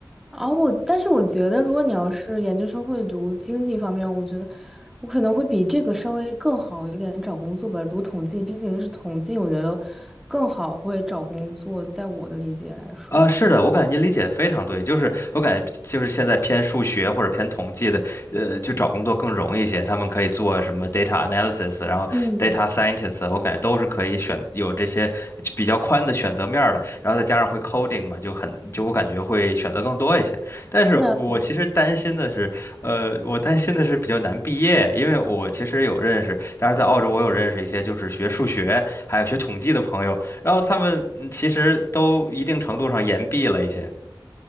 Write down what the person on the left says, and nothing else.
呃，是的，我感觉您理解的非常对，就是我感觉就是现在偏数学或者偏统计的，呃，就找工作更容易一些，他们可以做什么 data analysis，然后
data scientist，我感觉都是可以选有这些比较宽的选择面儿的，然后再加上会 coding 嘛，就很就我感觉会选择更多一些。但是我其实担心的是，
呃，我担心的是比较难毕业，因为我其实有认识，当然在澳洲我有认识一些就是学数学还有学统计的朋友，然后他们嗯其实都一定程度上言毕了一些。